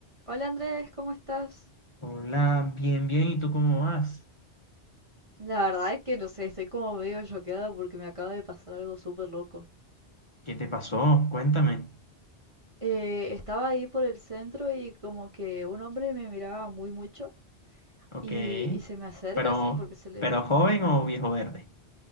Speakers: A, on the right (about 30°); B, on the left (about 30°).
A: Hola Andrés, ¿cómo estás?
B: Hola, bien, bien. ¿Y tú cómo vas?
A: La verdad es que no sé, estoy como medio choqueada porque me acaba de pasar algo súper loco.
B: ¿Qué te pasó? Cuéntame.
A: Eh, estaba ahí por el centro y como que un hombre me miraba muy mucho
B: Ok.
A: y, y se me acerca
B: Pero,
A: así porque se le...
B: pero joven o viejo verde?